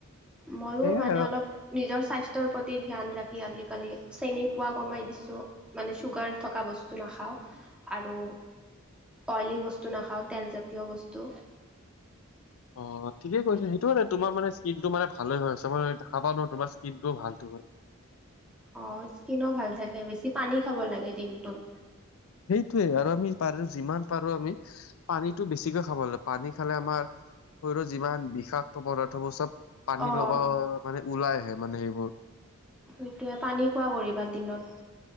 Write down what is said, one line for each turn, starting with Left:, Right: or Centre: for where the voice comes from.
Centre: ময়ো
Left: সেয়াই
Centre: মানে
Left: আৰু
Centre: অলপ নিজৰ স্বাস্থ্যৰ প্ৰতি ধ্যান ৰাখি আজিকালি চেনি খোৱা কমাই দিছোঁ মানে চুগাৰ থকা বস্তু নাখাওঁ আৰু অইলী বস্তু নাখাওঁ তেলজাতীয় বস্তু
Left: অ ঠিকেই কৈছে সেইটোমানে তোমাৰ মানে স্কিনটো মানে ভালে হৈ আছে মই দেখা পাওঁ ন তোমাৰ স্কিনটো ভাল মানে।
Centre: অ স্কিনো ভাল থাকে বেছি পানী খাব লাগে দিনটোত।
Left: সেইটোয়ে আৰু আমি পাৰে যিমান পাৰো আমি পানীটো বেছিকৈ খাব ললে পানী খালে আমাৰ শৰীৰৰ যিমান বিষা ক্ত পদাৰ্থবোৰ চব পানী
Centre: অঁ
Left: লগা মানে ওলাই আহে মানে সেইবোৰ।
Centre: সেইটোৱে পানী খোৱা কৰিবা দিনত।